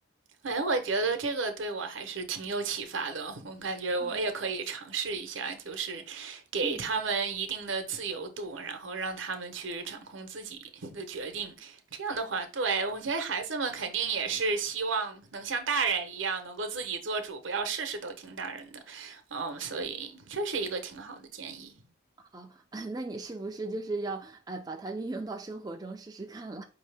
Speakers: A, on the right; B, on the right.
A: 哎，我觉得这个对我还是挺有启发的。我感觉我也可以尝试一下，
B: 嗯
A: 就是给他们一定的自由度，
B: 嗯，
A: 然后让他们去掌控自己的决定。这样的话，对，我觉得孩子们肯定也是希望能像大人一样，能够自己做主，不要事事都听大人的。嗯，所以这是一个挺好的建议。
B: 好，<laughs> 那你是不是就是要哎把它运用到生活中试试看了？